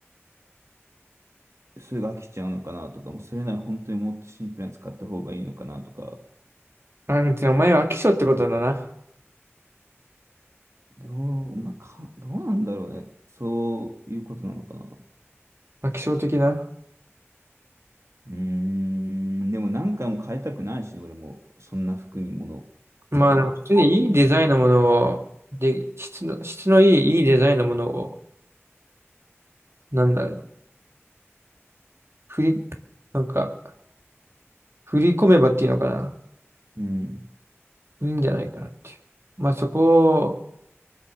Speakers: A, on the right; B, on the right.
A: すぐ飽きちゃうのかなとか、もうそれなら本当にもっとシンプルに使った方がいいのかなとか、
B: あ、でもお前は飽き性ってことだな。
A: どう、まあ、か、どうなんだろうね。そういうことなのかな。
B: 飽き性的な。
A: うーん、でも何回も変えたくないしね、俺も、そんな服に物を変
B: まあでも普通にいいデザインのものを、
A: えて。
B: で、質の、質のいい、いいデザインのものを、なんだろう。振り、なんか、振り込めばっていうのかな。
A: うん、
B: いいんじゃないかなっていう。まあそこを、